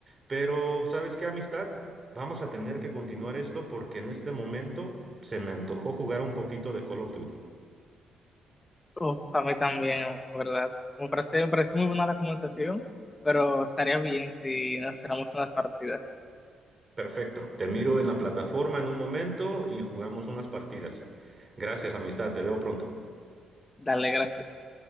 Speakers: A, on the right (about 25°); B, on the left (about 20°).
A: Pero, ¿sabes qué, amistad? Vamos a tener que continuar esto porque en este momento se me antojó jugar un poquito de Call of Duty.
B: Uf, a mí también, en ¿verdad? Me parece, me parece muy buena la conversación, pero estaría bien si nos hiciéramos unas partidas.
A: Perfecto. Te miro en la plataforma en un momento y jugamos unas partidas. Gracias, amistad. Te veo pronto.
B: Dale, gracias.